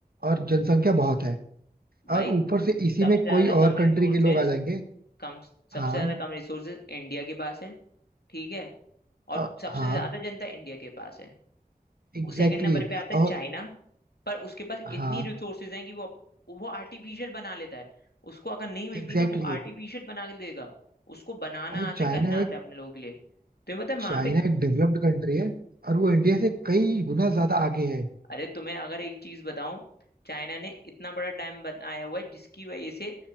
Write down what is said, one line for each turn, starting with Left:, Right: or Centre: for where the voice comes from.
Right: और जनसंख्या बहुत है
Left: भाई
Right: और ऊपर से इसी
Left: सबसे
Right: में कोई
Left: ज्यादा कम
Right: और
Left: रिसोर्सेस
Right: कंट्री के लोग आ जाएंगे
Left: कम सबसे
Right: हाँ
Left: ज्यादा कम रिसोर्सेस इंडिया के पास है ठीक है और
Right: अ,
Left: सबसे
Right: हाँ
Left: ज्यादा जनता इंडिया के पास है
Right: एग्जैक्टली
Left: सेकंड नंबर
Right: exactly,
Left: पे आता है
Right: और
Left: चाइना पर उसके पास
Right: हाँ
Left: इतनी रिसोर्सेज हैं कि वो अप- वो आर्टिफिशियल बना लेता है उसको अगर नहीं मिलती
Right: एग्जैक्टली
Left: ना वो
Right: exactly,
Left: आर्टिफिशियल बना के देगा उसको बनाना
Right: भाई
Left: आता
Right: चाइना
Left: है करना आता
Right: एक
Left: है अपने लोगों के लिए तुम्हें पता है वहां
Right: चाइना
Left: पे
Right: एक डेवलप्ड कंट्री है और वो इंडिया से कई गुना ज्यादा आगे है
Left: अरे तुम्हें अगर एक चीज बताऊं चाइना ने इतना बड़ा डैम बनाया हुआ है जिसकी वजह से